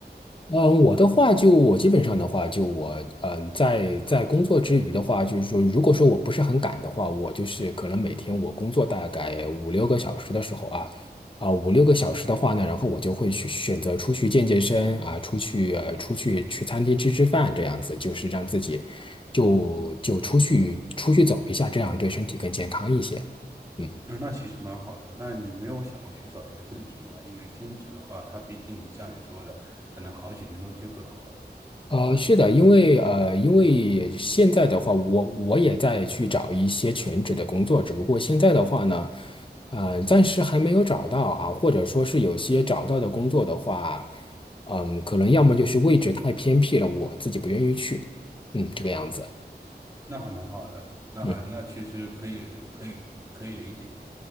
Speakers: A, on the left; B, on the right.
A: 嗯，我的话就我基本上的话，就我嗯，在在工作之余的话，就是说，如果说我不是很赶的话，我就是可能每天我工作大概五六个小时的时候啊，啊五六个小时的话呢，然后我就会去选择出去健健身啊，出去呃出去去餐厅吃吃饭这样子，就是让自己就就出去出去走一下，这样对身体更健康一些。嗯，
B: 啊，那其实蛮好的。那你没有想过去找一个正职吗？因为兼职的话，它毕竟你像你说的，可能好几天都接不到活。
A: 呃，是的，因为呃，因为现在的话，我我也在去找一些全职的工作，只不过现在的话呢，呃，暂时还没有找到啊，或者说是有些找到的工作的话，嗯，可能要么就是位置太偏僻了，我自己不愿意去，嗯，这个样子，
B: 那还蛮好的，那还那其实可以可以可以理解。
A: 嗯